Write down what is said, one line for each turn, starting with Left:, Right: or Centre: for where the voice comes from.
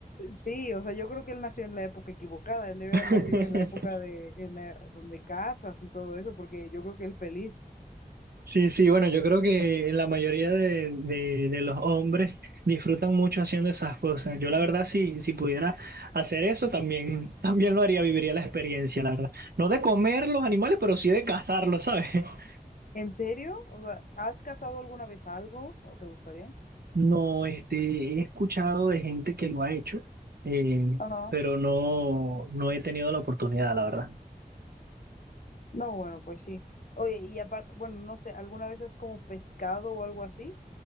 Left: Sí, o sea, yo creo que él nació en la época equivocada, él debe
Right: <laughs>
Left: haber nacido en la época de, en la- donde casas y todo eso, porque yo creo que él feliz.
Right: Sí, sí, bueno, yo creo que la mayoría de, de- de los hombres disfrutan mucho haciendo esas cosas. Yo la verdad, si, si pudiera hacer eso, también, también lo haría, viviría la experiencia, la verdad. No de comer los animales, pero sí de cazarlos, ¿sabes? <laughs>
Left: ¿En serio? O sea, ¿has casado alguna vez algo o te gustaría?
Right: No, este, he escuchado de gente que lo ha hecho, eh,
Left: Ajá.
Right: pero no, no he tenido la oportunidad, la verdad.
Left: No, bueno, pues sí. Oye, y aparte, bueno, no sé, ¿alguna vez has como pescado o algo así?